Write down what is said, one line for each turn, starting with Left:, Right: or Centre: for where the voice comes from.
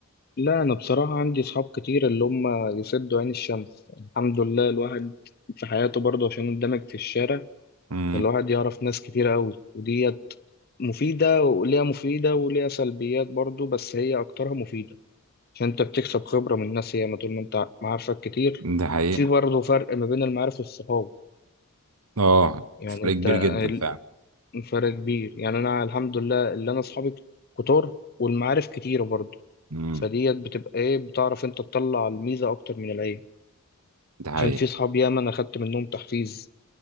Left: لا أنا بصراحة عندي أصحاب كتير اللي هم يسدوا عين الشمس الحمد لله الواحد في حياته برضه عشان اندمج في الشارع
Right: امم
Left: فالواحد يعرف ناس كتير قوي وديت مفيدة وليها مفيدة وليها سلبيات برضه بس هي أكترها مفيدة عشان انت بتكسب خبرة من ناس ياما طول ما انت معارفك كتير
Right: ده حقيقة
Left: في برضه فرق ما بين المعارف والصحاب
Right: اه
Left: يعني
Right: فرق
Left: انت
Right: كبير
Left: ال-
Right: جدا فعلا
Left: فرق كبير يعني انا الحمد لله اللي انا اصحابي كتار والمعارف كتيرة برضه
Right: امم
Left: فديت بتبقى ايه بتعرف انت تطلع الميزة اكتر من العيب
Right: ده حقيقة
Left: عشان في صحاب ياما انا خدت منهم تحفيز